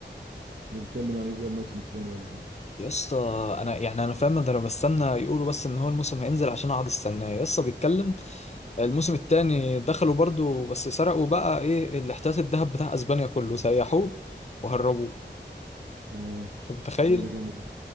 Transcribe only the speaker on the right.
ده بيتكلم عن ايه بقى الموسم التاني ولا حاجه
اه
لا ده جامد ده